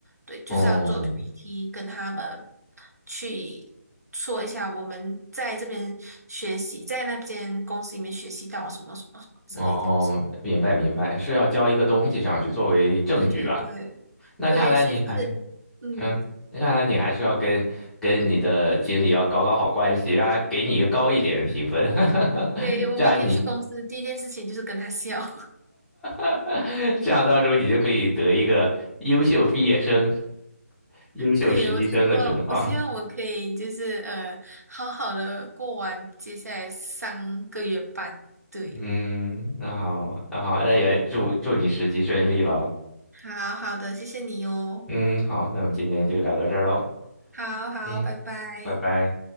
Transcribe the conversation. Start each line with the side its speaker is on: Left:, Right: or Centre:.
Right: 对，就是要做
Centre: 哦
Right: PPT 跟他们去。说一下我们在这边学习，在那边公司里面学习到什么什么什么之类这样子。
Centre: 哦，哦明白明白，
Right: 对。
Centre: 是要交一个东西上去作为证据吧？
Right: 对对对对，
Centre: 那看来你还。
Right: 所以就是，嗯，
Centre: 嗯，那看来你还是要跟跟你的经理要搞搞好关系，让他给你一个高一点的评分，
Right: 对，我每天去公司第一件事情就是跟他笑。
Centre: <laughs> 这样你
Right: <laughs>
Centre: <laughs> 这样到时候你就可以得一个优秀毕业生、优秀实习生的称号。
Right: 对，我希望，我希望我可以就是呃，好好的过完接下来三个月半。对，
Centre: 嗯，那好，那好，那也祝祝你实习顺利喽。
Right: 好好的，谢谢你哦。
Centre: 嗯，好，那我们今天就聊到这儿喽。
Right: 好好，
Centre: 嗯，
Right: 拜拜。
Centre: 拜拜。